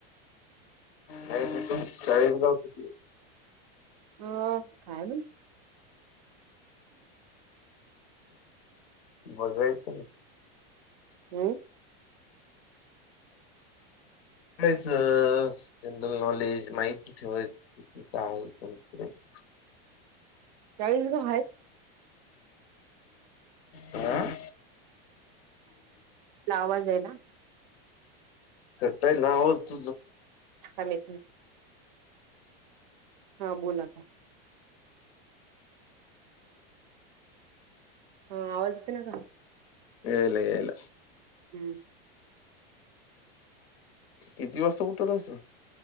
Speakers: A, on the left; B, on the right.
A: नाही तिथून चाळी गाव कितीली
B: ह खान
A: बघाच ना
B: हम्म
A: बयचं जनरल नॉलेज माहिती ठेवायचं किती काय कोणती करायच
B: चाळीस गाव आहेत
A: हं
B: आवाजयला
A: कटय ना होत
B: हमी हां बोल आता. हा आवाज येतो ना का.
A: येला येलाय.
B: हम्म
A: किती वास्त उठंत असत.